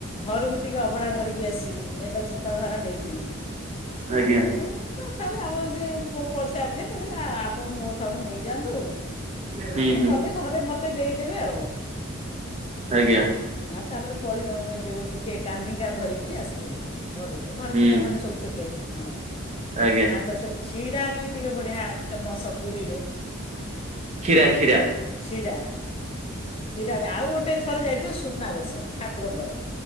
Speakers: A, on the left (about 25°); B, on the right (about 35°).
A: ଘରକୁ ଟିକେ ଅଭଢା ଧରିକି ଆସିବି ଏଇଟା ଚିନ୍ତାଧାରା ନେଇଥିଲି। ଆଉ
B: ଆଜ୍ଞା।
A: ତଥାପି ଆମର ସେ ପଡିଶା ରେ ଯେ କହିଲେ ଆପଣ ମୋ ଠାରୁ ନେଇଯାଆନ୍ତୁ।
B: ହୁଁ
A: ଆପଣ
B: ହୁଁ।
A: ଗଲେ ଘରେ ମତେ ଦେଇଦେବେ ଆଉ
B: ଆଜ୍ଞା।
A: ଆଁ ତାପରେ ଯେଉଁ ଟିକେ କାନିିକା ଧରିକିରି ଆସିଥିଲି। ଘରକୁ ଘରେ
B: ହୁଁ
A: ପିଲାମାନେ ସବୁଥିଲେ ହଁ
B: ଆଜ୍ଞା
A: ଆଉ ତ ସେ ଖିରା ବି ଟିକେ ବଢ଼ିଆ ଫେମସ୍ ପୁରୀରେ।
B: ଖୀରା ଖୀରା।
A: କ୍ଷୀରା କ୍ଷୀରା ବି ଆଉ ଗୋଟେ ଗୋଟେ ଥରେ ଯାଇଥିଲୁ ସୁନାବେଶ ଠାକୁରଙ୍କର